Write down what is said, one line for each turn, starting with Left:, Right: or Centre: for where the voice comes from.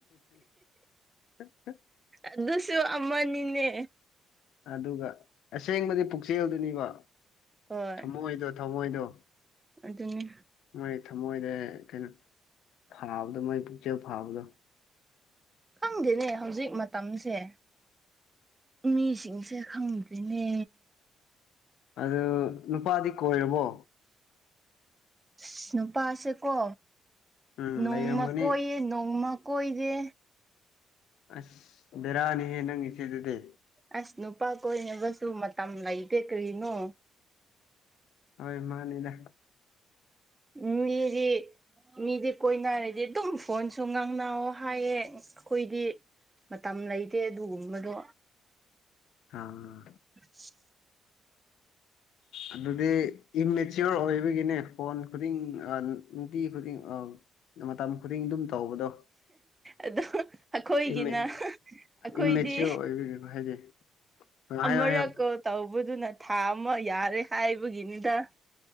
Left: ꯑ ꯑ
Right: ꯑꯗꯨꯁꯨ ꯑꯃꯅꯤꯅꯦ
Left: ꯑꯗꯨꯒ ꯑꯁꯦꯡꯕꯗꯤ ꯄꯨꯛꯆꯦꯜꯗꯨꯅꯤꯕ
Right: ꯍꯣꯏ
Left: ꯊꯝꯃꯣꯏꯗꯣ ꯊꯝꯃꯣꯏꯗꯣ
Right: ꯑꯗꯨꯅꯤ
Left: ꯃꯣꯏ ꯊꯃꯣꯏꯗ ꯀꯩꯅꯣ ꯐꯥꯕꯗꯣ ꯃꯣꯏ ꯄꯨꯛꯆꯦꯜ ꯐꯥꯕꯗꯣ
Right: ꯈꯪꯗꯦꯅꯦ ꯍꯧꯖꯤꯛ ꯃꯇꯝꯁꯦ ꯃꯤꯁꯤꯡꯁꯦ ꯈꯪꯗ꯭ꯔꯤꯅꯦ
Left: ꯑꯗꯨ ꯅꯨꯄꯥꯗꯤ ꯀꯣꯏꯔꯕꯣ
Right: ꯑꯁ ꯅꯨꯄꯥꯁꯦꯀꯣ
Left: ꯎꯝ
Right: ꯅꯣꯡꯃ
Left: ꯂꯩꯔꯝꯒꯅꯤ
Right: ꯀꯣꯏꯌꯦ ꯅꯣꯡꯃ ꯀꯣꯏꯗꯦ
Left: ꯑꯁ ꯕꯦꯔꯥꯅꯤꯍꯦ ꯅꯪ ꯏꯆꯦ ꯗꯨꯗꯤ
Right: ꯑꯁ ꯅꯨꯄꯥ ꯀꯣꯏꯅꯕꯁꯨ ꯃꯇꯝ ꯂꯩꯇꯦ ꯀ꯭ꯔꯤꯅꯣ
Left: ꯍꯣꯏ ꯃꯥꯅꯤꯗ
Right: ꯎꯝꯌꯤꯔꯤ ꯃꯤꯗꯤ ꯀꯣꯏꯅꯔꯗꯤ ꯑꯗꯨꯝ ꯐꯣꯟꯁꯨ ꯉꯥꯡꯅꯧ ꯍꯥꯏꯌꯦ ꯑꯩꯈꯣꯏꯗꯤ ꯃꯇꯝ ꯂꯩꯇꯦ ꯑꯗꯨꯒꯨꯝꯕꯗꯣ
Left: ꯑꯥ
Right: ꯑꯁ
Left: ꯑꯗꯨꯗꯤ ꯏꯝꯃꯦꯆꯤꯌꯣꯔ ꯑꯣꯏꯕꯒꯤꯅꯦ ꯐꯣꯟ ꯈꯨꯗꯤꯡ ꯑꯥꯥ ꯅꯨꯡ ꯅꯨꯡꯇꯤ ꯈꯨꯗꯤꯡ ꯑꯥ ꯃꯇꯝ ꯈꯨꯗꯤꯡ ꯑꯗꯨꯝ ꯇꯧꯕꯗꯣ
Right: ꯑꯗꯣ ꯑꯩꯈꯣꯏꯒꯤꯅ
Left: ꯏꯝꯃꯦ
Right: ꯑꯩꯈꯣꯏꯗꯤ
Left: ꯏꯝꯃꯦꯆꯤꯌꯣꯔ ꯑꯣꯏꯕꯒꯤꯀꯣ ꯍꯥꯏꯗꯤ ꯍꯥꯏꯌꯣ
Right: ꯑꯃꯔꯛ
Left: ꯍꯥꯏꯌꯣ
Right: ꯀꯣꯜ ꯇꯧꯕꯗꯨꯅ ꯊꯥ ꯑꯃ ꯌꯥꯔꯦ ꯍꯥꯏꯕꯒꯤꯅꯤꯗ